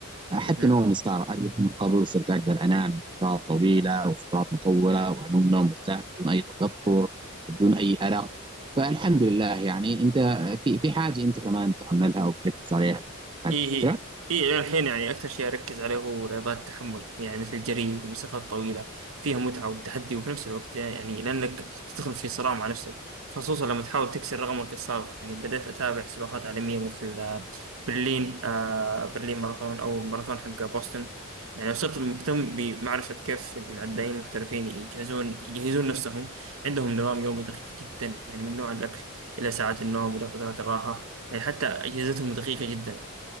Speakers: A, on the right (about 20°); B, on the right (about 75°).
A: حتى
B: مهم.
A: نومي صار أريح من قبل صرت أقدر أنام فترات طويلة وفترات مطولة وأنوم نوم مرتاح بدون أي تقطر وبدون أي أرق فالحمد لله يعني أنت في في حاجة أنت كمان تعملها وبتركز عليها هذه
B: إيه
A: الفترة
B: إيه إلى الحين يعني أكثر شيء أركز عليه هو رياضات التحمل يعني مثل الجري المسافات الطويلة فيها متعة وتحدي وفي نفس الوقت يعني لأنك تدخل في صراع مع نفسك خصوصا لما تحاول تكسر رقمك السابق يعني بدأت أتابع سباقات عالمية مثل آه، برلين آه برلين ماراثون أو ماراثون حق بوسطن يعني صرت مهتم بمعرفة كيف العدائين المحترفين يجهزون يجهزون نفسهم عندهم نظام يومي دقيق جدا يعني من نوع الأكل إلى ساعات النوم إلى فترات الراحة يعني حتى أجهزتهم دقيقة جدا